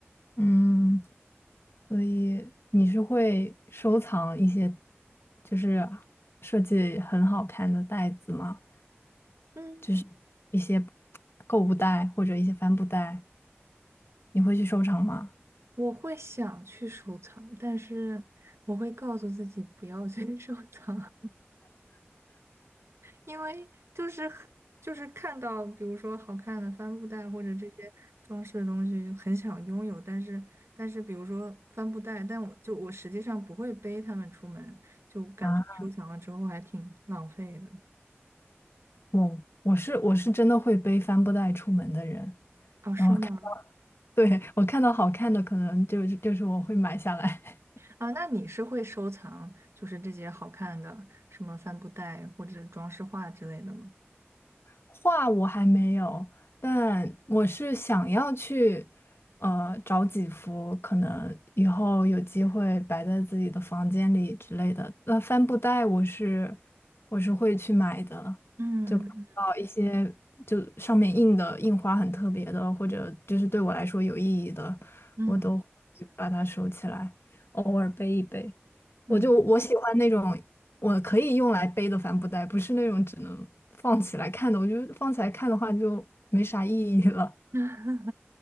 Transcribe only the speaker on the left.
嗯，所以你是会收藏一些，就是设计很好看的袋子吗？
就是一些购物袋或者一些帆布袋，你会去收藏吗？
啊，我我是我是真的会背帆布袋出门的人，
然后看，
<laughs> 对，我看到好看的，可能就就是我会买下来。
画我还没有，但我是想要去，呃，找几幅可能以后有机会摆在自己的房间里之类的。那帆布袋我是我是会去买的，
就看到一些就上面印的印花很特别的，或者就是对我来说有意义的，
我都会把它收起来，偶尔背一背。
我就我喜欢那种。
我可以用来背的帆布袋，不是那种只能放起来看的。我觉得放起来看的话就没啥意义了。